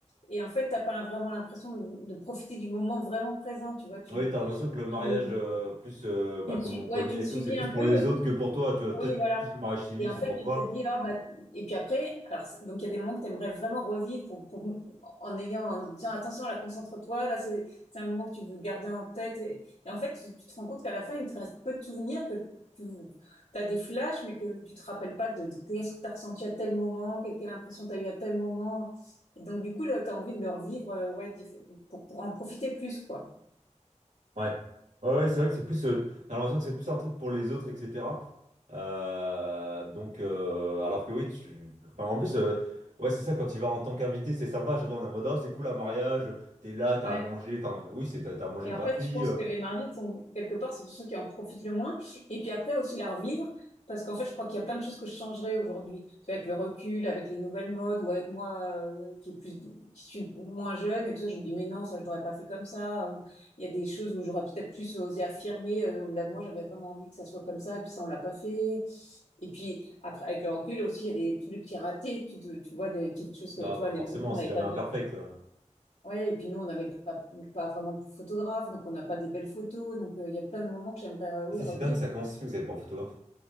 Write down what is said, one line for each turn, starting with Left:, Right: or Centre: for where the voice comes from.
Left: Et en fait, t'as pas vraiment l'impression de, de profiter du moment vraiment présent, tu vois, tu,
Right: Oui, t'as l'impression que le mariage,
Left: tu,
Right: euh, plus euh, bah,
Left: tu, le
Right: comme
Left: su-
Right: on
Left: ouais,
Right: connaît
Left: tu le
Right: et
Left: subis
Right: tout, c'est plus
Left: un
Right: pour
Left: peu
Right: les autres que pour toi. Tu vois,
Left: oui,
Right: peut-être
Left: voilà.
Right: plus le mariage civil,
Left: Et en
Right: c'est
Left: fait,
Right: pour
Left: tu
Right: toi.
Left: te dis, ah bah, et puis après, alors, c'est- donc il y a des moments que tu aimerais vraiment revivre pour, pour, en ayant, en disant, attention, là, concentre-toi, là, c'est, c'est un moment que tu veux garder en tête. Et, et en fait, tu, tu te rends compte qu'à la fin, il te reste peu de souvenirs, que tu as des flashs, mais que tu te rappelles pas de, de qu'est-ce que tu as ressenti à tel moment, quelle, quelle impression tu as eue à tel moment. Et donc, du coup, là, tu as envie de le revivre, euh, ouais, diff- pour, pour en profiter plus, quoi.
Right: Ouais. Ouais, ouais, c'est vrai que c'est plus, euh, t'as l'impression que c'est plus un truc pour les autres, etc. Euh, donc, euh, alors que oui, tu, enfin, en plus, euh, ouais, c'est ça, quand tu vas en tant qu'invité, c'est sympa. Je sais pas, on est en mode, Ah, c'est cool un mariage, t'es là, t'as
Left: Ouais.
Right: à manger, enfin, oui, c'est, t'as t'as à manger
Left: Et
Right: gratuit.
Left: en fait, je pense
Right: euh.
Left: que les mariés sont quelque part, c'est ceux qui en profitent le moins. Et puis après aussi la revivre, parce qu'en fait, je crois qu'il y a plein de choses que je changerais aujourd'hui. Tu vois, avec le recul, avec les nouvelles modes, ou avec moi euh, qui est plus, qui suis moins jeune et tout ça, je me dis mais non, ça je l'aurais pas fait comme ça. Ou il y a des choses où j'aurais peut-être plus osé affirmer. euh, Ben, moi, j'avais vraiment envie que ça soit comme ça, et puis ça on l'a pas fait. Et puis après, avec le recul aussi, il y a des, tous les petits ratés. Tu, te- tu vois des petites choses que
Right: Ah,
Left: tu
Right: bah,
Left: vois, les,
Right: forcément,
Left: nous, on
Right: c'est
Left: n'avait
Right: jamais
Left: pas de
Right: imperfect. hein.
Left: Ouais, et puis nous, on n'avait pas, pas vraiment de photographe, donc on n'a pas des belles photos. Donc euh, il y a plein de moments que j'aimerais, euh, oui,
Right: Ça,
Left: revivre.
Right: c'est dingue, ça, comment ça se fait que vous avez pas un photographe?